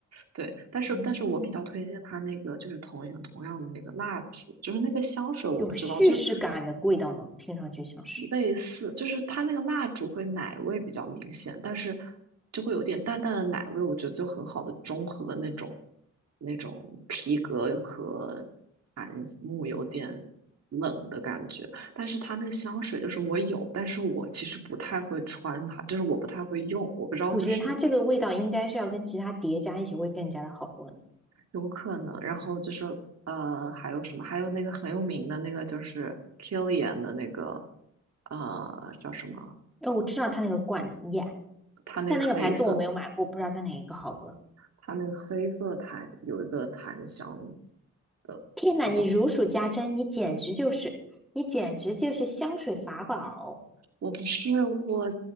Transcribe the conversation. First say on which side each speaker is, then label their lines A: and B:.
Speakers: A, on the right; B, in the centre.
A: 对。但是，
B: 嗯，
A: 但是我比较推荐它那个，就是同样同样的那个蜡烛，就是那个香水，我不知道，
B: 有叙事感的味道呢，
A: 就是
B: 听上去像是。
A: 类似，就是它那个蜡烛会奶味比较明显，但是就会有点淡淡的奶味，我觉得就很好的中和那种那种皮革和檀木有点冷的感觉。但是它那个香水就是我有，但是我其实不太会穿它，就是我不太会用，我不知道就是
B: 我觉得它这个味道应该是要跟其他叠加一起会更加的好闻。
A: 有可能。然后就是呃，还有什么？还有那个很有名的那个就是 Kilian 的那个呃叫什么？
B: 哦，我知道它那个罐子，耶、
A: 它那个黑色。
B: 但那个牌子我没有买过，不知道它哪一个好喝。
A: 它那个黑色檀有一个檀香的，
B: 天哪，
A: 然后
B: 你如数家珍，你简直就是，你简直就是香水法宝
A: 我不是我，